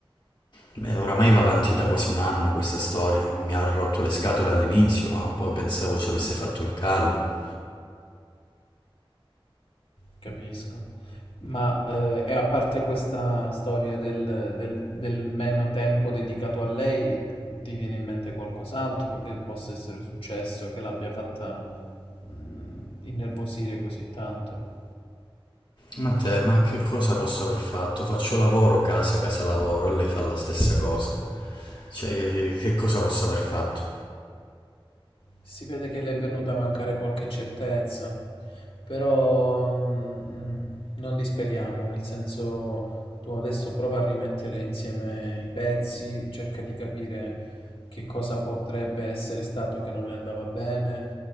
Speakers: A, on the left; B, on the left.
A: eh, oramai va avanti da quasi un anno questa storia. Mi ha rotto le scatole all'inizio, ma poi pensavo ci avesse fatto il callo.
B: Capisco. Ma eh, e a parte questa storia del, del- del meno tempo dedicato a lei, ti viene in mente qualcos'altro che possa essere successo, che l'abbia fatta mm, innervosire così tanto?
A: Ma te, ma che cosa posso aver fatto? Faccio lavoro, casa, casa, lavoro e lei fa la stessa cosa. Cioè, che cosa posso aver fatto?
B: Si vede che le è venuta a mancare qualche certezza, però mm, non disperiamo, nel senso tu adesso prova a rimettere insieme i pezzi, cerca di capire che cosa potrebbe essere stato che non le andava bene